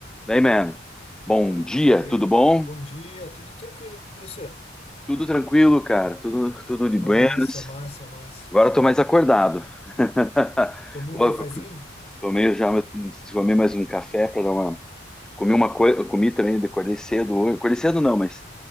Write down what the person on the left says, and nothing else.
Daí,
bom dia, tudo tranquilo e você?
Massa,
massa, massa.
Tomou
um cafezinho?